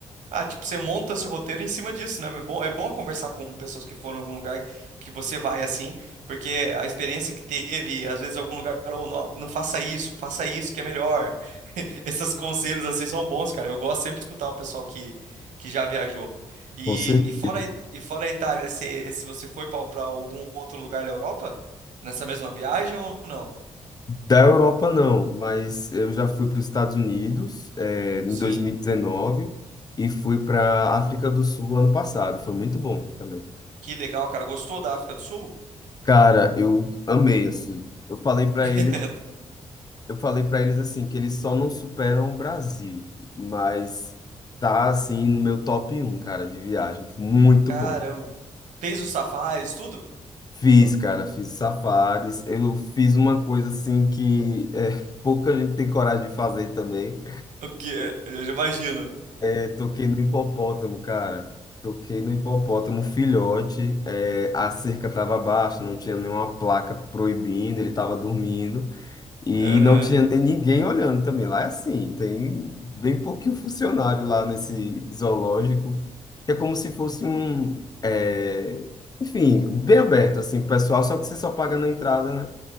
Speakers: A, on the right; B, on the left.
A: ah, tipo, você monta seu roteiro em cima disso, né? É bom, é bom conversar com pessoas que foram em algum lugar que você vai assim, porque a experiência que teve, às vezes, em algum lugar, ou não, não faça isso, faça isso que é melhor. <laughs> Esses conselhos assim são bons, cara. Eu gosto sempre de escutar o pessoal que, que já viajou. E,
B: com certeza.
A: e fora, a- e fora a Itália, se, se você foi para algum outro lugar da Europa, nessa mesma viagem ou não?
B: Da Europa, não, mas eu já fui para os Estados Unidos, eh, em
A: Sim.
B: dois mil e dezenove e fui para África do Sul ano passado. Foi muito bom também.
A: Que legal, cara. Gostou da África do Sul?
B: Cara, eu amei assim. Eu falei para
A: <laughs>
B: eles, eu falei para eles assim que eles só não superam o Brasil, mas tá assim no meu top um, cara, de viagem. Muito
A: Caramba.
B: bom.
A: Fez os safaris, tudo?
B: Fiz, cara, fiz safaris. Eu fiz uma coisa assim que eh, pouca gente tem coragem de fazer também.
A: O que? é? Eu já imagino.
B: É, toquei no hipopótamo, cara. Toquei no hipopótamo filhote. é, a cerca estava baixa, não tinha nenhuma placa proibindo, ele estava dormindo. E
A: Aham.
B: não tinha nem ninguém olhando também. Lá é assim, tem bem pouquinho funcionário lá nesse zoológico. É como se fosse um. é, enfim, bem aberto, assim, pro pessoal, só que você só paga na entrada, né?